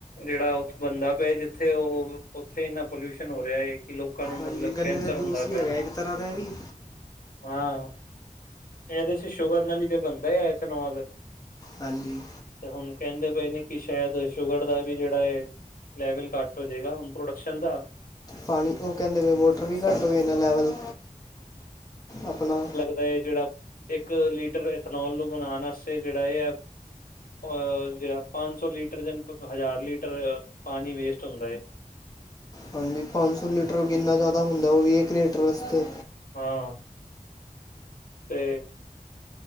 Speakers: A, on the left; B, on the left.
A: ਜਿਹੜਾ ਉ ਬੰਦਾ ਪਿਆ ਜਿੱਥੇ ਉਹ ਉੱਥੇ ਇੰਨਾ ਪੋਲਿਊਸ਼ਨ ਹੋ ਰਿਹਾ ਹੈ ਕਿ ਲੋਕ ਲੋਕਾਂ ਨੂੰ
B: ਹਾਂਜੀ
A: ਮਤਲਬ
B: ਗੰਨੇ
A: ਕੈਂਸਰ
B: ਦਾ
A: ਹੁੰਦਾ
B: ਜੂਸ ਹੀ
A: ਪਿਆ
B: ਹੈਗਾ ਇੱਕ ਤਰ੍ਹਾਂ ਦਾ ਇਹ ਵੀ
A: ਹਾਂ, ਇਹਦੇਸੀ ਸ਼ੁਗਰ ਨਾਲ ਤੇ ਬਣਦਾ ਹੈ ਇਥਨੌਲ
B: ਹਾਂਜੀ
A: ਤੇ ਹੁਣ ਕਹਿੰਦੇ ਪਏ ਨੇ ਕਿ ਸ਼ਾਇਦ ਸ਼ੂਗਰ ਦਾ ਵੀ ਜਿਹੜਾ ਹੈ, ਲੈਵਲ ਘੱਟ ਹੋ ਜਾਏਗਾ ਹੁਣ ਪ੍ਰੋਡਕਸ਼ਨ ਦਾ
B: ਪਾਣੀ ਉਹ ਕਹਿੰਦੇ ਵੋਟਰ ਵੀ ਘੱਟ ਹੋਵੇ ਇਹਦਾ ਲੈਵਲ, ਆਪਣਾ
A: ਇਹ ਜਿਹੜਾ, ਇੱਕ ਲੀਟਰ ਇਥਨੋਲ ਨੂੰ ਬਣਾਉਣ ਵਾਸਤੇ ਜਿਹੜਾ ਇਹ ਹੈ ਅਹ ਜਿਹੜਾ ਪੰਜ ਸੌ ਲੀਟਰ ਜਨ ਹਜ਼ਾਰ ਲੀਟਰ ਪਾਣੀ ਵੇਸਟ ਹੁੰਦਾ ਹੈ
B: ਹਾਂਜੀ, ਪੰਜ ਸੌ ਲੀਟਰ ਕਿੰਨਾ ਜ਼ਿਆਦਾ ਹੁੰਦਾ ਉਹ ਵੀ ਇੱਕ ਲੀਟਰ ਵਾਸਤੇ
A: ਹਾਂ ਤੇ